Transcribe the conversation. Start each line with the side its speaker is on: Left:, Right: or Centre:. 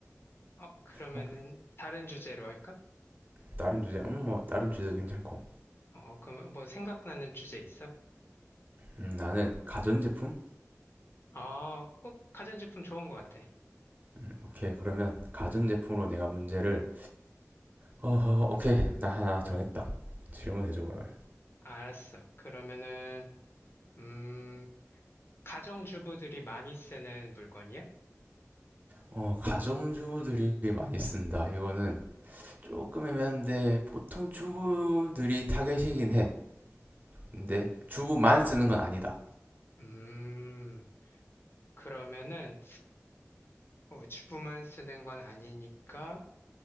Left: 어, 그러면은
Right: 어,
Left: 다른 주제로 할까?
Right: 다른 주제. 음, 뭐 다른 주제도 괜찮고.
Left: 어, 그럼 뭐 생각나는 주제 있어?
Right: 음, 나는 가전제품?
Left: 어, 꼭 가전제품 좋은 것 같아.
Right: 음, 오케이, 그러면 가전제품으로 내가 문제를, 어, 오케이, 나 하나 정했다. 질문해줘, 그러면.
Left: 알았어. 그러면은, 음, 가정주부들이 많이 쓰는 물건이야?
Right: 어, 가정주부들이 많이 쓴다. 이거는 조금 애매한데, 보통 주부들이 타겟이긴 해. 근데 주부만 쓰는 건 아니다.
Left: 음, 그러면은, 어, 주부만 쓰는 건 아니니까